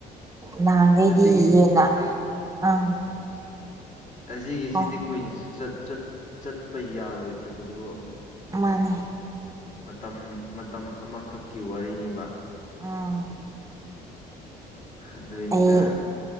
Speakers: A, on the right (about 20°); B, on the left (about 45°).
A: ꯅꯍꯥꯟꯈꯩꯗꯤ
B: ꯑꯁꯤꯒꯤ
A: ꯌꯦꯅ ꯑꯪ
B: ꯑꯁꯤꯒꯤꯁꯤꯗꯤ
A: ꯍꯣꯏ
B: ꯀꯨꯏꯅꯁꯨ ꯆꯠꯄ ꯌꯥꯔꯣꯏꯗꯕꯗꯨ
A: ꯃꯥꯅꯦ
B: ꯃꯇꯝ ꯃꯇꯝ ꯑꯃꯈꯛꯀꯤ ꯋꯥꯔꯤꯅꯤꯕ
A: ꯎꯝ
B: ꯑꯗꯅꯤꯗ
A: ꯑꯩ